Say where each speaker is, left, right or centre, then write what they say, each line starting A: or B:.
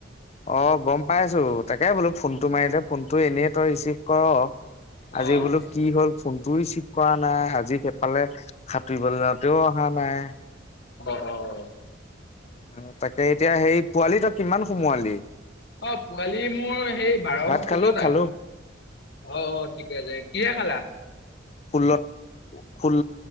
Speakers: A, on the left (about 35°); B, on the left (about 60°).
A: অ গম পাইছোঁ, তাকে বোলো ফোনটো মাৰিলে ফোনটো এনেই তই ৰিচিভ কওঁ, আজি
B: অ
A: বোলো। কি হ'ল ফোনটোও ৰিচিভ কৰা নাই, আজি সেইফালে সাঁতুৰিবলে যাওঁতেও অহা নাই।
B: অ' অ' অ '।
A: উম' তাকে এতিয়া সেই পোৱালি তই কিমান সোমোৱালি?
B: অ' পোৱালি মোৰ সেই বাৰ,
A: ভাত
B: ষোল্লটা।
A: খালো খালো
B: অ' অ' ঠিকে আছে, কিহে খালা?
A: ষোল্ল। ষোল,